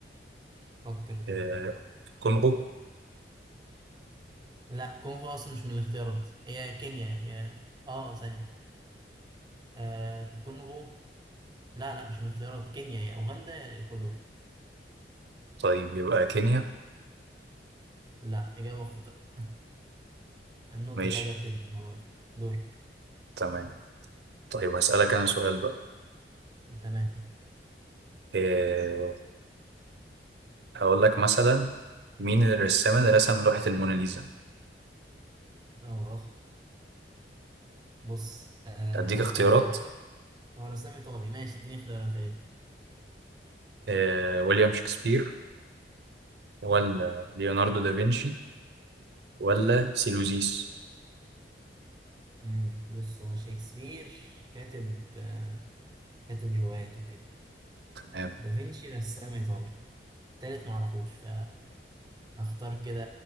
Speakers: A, on the right (about 25°); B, on the right (about 75°).
A: فكر كده
B: إيه، كونغو
A: لا كونغو اصلا مش من الاختيارات هي كينيا يا اه ثانية آه كونغو لا لا مش من الاختيارات كينيا يا اوغندا يا الاكوادور
B: طيب يبقى كينيا
A: لا اجابة خاطئة <laughs> النقطة
B: ماشي
A: كده جات لي المرة دي دورك
B: تمام طيب هسألك انا سؤال بقى
A: تمام
B: إيه، هقول لك مثلا مين الرسام اللي رسم لوحة الموناليزا؟
A: اه بص آه
B: أديك اختيارات
A: هو رسام هو رسام ايطالي ماشي اديني اختيارات يا ريت
B: آه، ويليام شكسبير ولا ليوناردو دافنشي ولا سيلوزيس
A: مم، بص هو شكسبير كاتب آه كاتب روايات وكده
B: تمام
A: دافنشي رسام ايطالي تالت معرفوش ف هختار كده